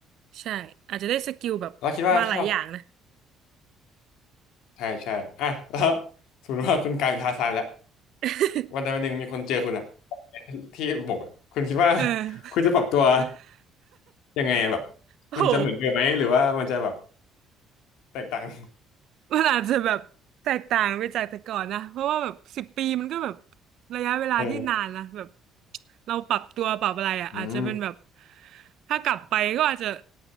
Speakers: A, on the right (about 55°); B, on the left (about 75°).
A: ใช่อาจจะได้สกิลแบบมาหลายอย่างนะ
B: เราคิดว่าถ้าเราใช่ใช่อ่ะ <laughs> แล้วสมมติว่าคุณกลายเป็นทาร์ซานแล้ว
A: <laughs>
B: วันใดวันหนึ่งมีคนเจอคุณอะที่บกอะคุณคิดว่า
A: เออ
B: <laughs> คุณจะปรับตัว
A: <laughs>
B: ยังไงอะแบบ
A: โอ้โห
B: มันจะเหมือนเดิมไหมหรือว่ามันจะแบบแตกต่าง
A: มันอาจจะแบบแตกต่างไปจากแต่ก่อนนะเพราะว่าแบบสิบปีมันก็แบบระยะเวลาที่นานนะแบบ
B: เออ
A: เราปรับตัวปรับอะไรอ่ะอาจจะเป็นแบบ
B: อืม
A: ถ้ากลับไปก็อาจจะ